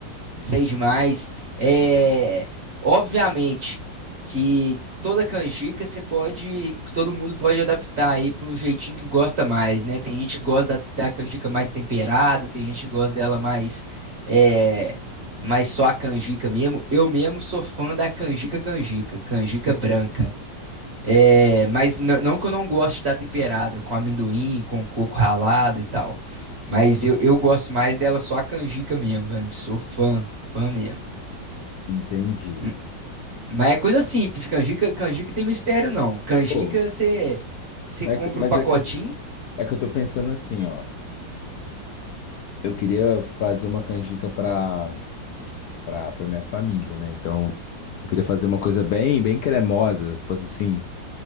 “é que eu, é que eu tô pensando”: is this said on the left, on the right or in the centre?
Left